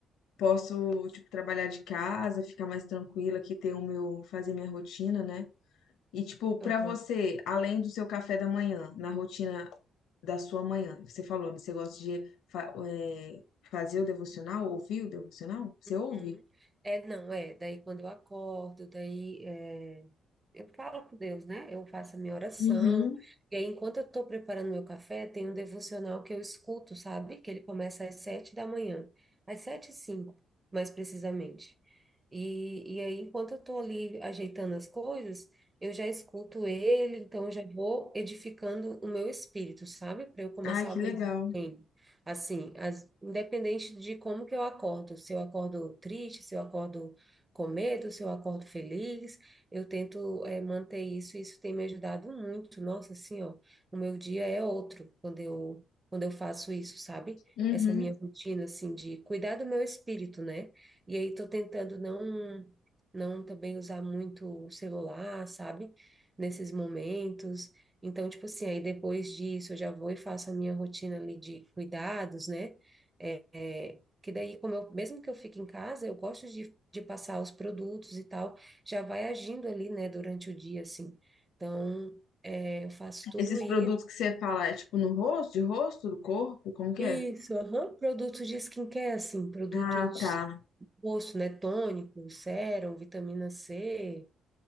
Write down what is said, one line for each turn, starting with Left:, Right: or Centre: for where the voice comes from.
Left: Posso, tipo, trabalhar de casa, ficar mais tranquila aqui, ter o meu, fazer minha rotina, né? E, tipo, pra
Right: aham.
Left: você, além do seu café da manhã, na rotina da sua manhã? Você falou, né? Você gosta de fa- é, fazer o devocional, ouvir o devocional? Você
Right: Uhum.
Left: ouve?
Right: É, não, é. Daí quando eu acordo, daí é, eu falo com Deus, né? Eu faço a minha oração.
Left: Uhum.
Right: E aí, enquanto eu estou preparando meu café, tem um devocional que eu escuto, sabe? Que ele começa às sete da manhã, às sete e cinco, mais precisamente. E, e aí, enquanto eu estou ali ajeitando as coisas, eu já escuto ele, então eu já vou edificando o meu espírito, sabe? Para eu começar
Left: Ai, que
Right: o meu
Left: legal.
Right: dia. bem. Assim, as- independente de como que eu acordo, se eu acordo triste, se eu acordo com medo, se eu acordo feliz, eu tento eh, manter isso e isso tem me ajudado muito. Nossa, assim, ó, o meu dia é outro quando eu, quando eu faço isso, sabe?
Left: Uhum.
Right: Essa minha rotina, assim, de cuidar do meu espírito, né? E aí tô tentando não, não também usar muito o celular, sabe? Nesses momentos. Então, tipo assim, aí depois disso eu já vou e faço a minha rotina ali de cuidados, né? É, é, que daí, como eu, mesmo que eu fique em casa, eu gosto de, de passar os produtos e tal, já vai agindo ali, né, durante o dia, assim. Então, é, eu faço tudo
Left: Esses
Right: isso.
Left: produtos que você fala, é tipo no rosto, de rosto, do corpo, como que
Right: Isso,
Left: é?
Right: aham. Produtos de skincare, assim, produtos
Left: Ah, tá.
Right: do rosto, né? Tônico, sérum, vitamina C,